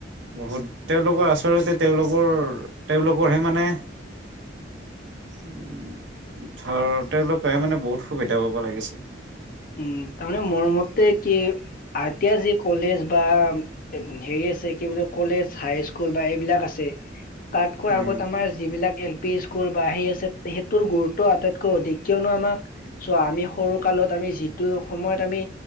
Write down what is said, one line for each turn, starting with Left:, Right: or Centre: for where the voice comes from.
Right: বহুত তেওঁলোকৰ আচলতে তেওঁলোকৰ তেওঁলোকৰহে মানে, উম্ ধৰ তেওঁলোকেহে মানে বহুত সুবিধা পাব লাগিছে।
Left: উম, তাৰমানে মোৰ মতে কি, আ ৰ তিয়া যি কলেজ বা <unintelligible> হেৰি আছে, কি বুলি কলেজ হাই স্কুল স্কুল বা এইবিলাক আছে। তাতকৈ
Right: উম
Left: আগত আমাৰ যিবিলাক এল পি স্কুল বা সেই আছে, সেইটোৰ গুৰুত্ব আটাইতকৈ অধিক, কিয়নো আমাক চোৱা আমি সৰু কালত আমি যিটো সময়ত আমি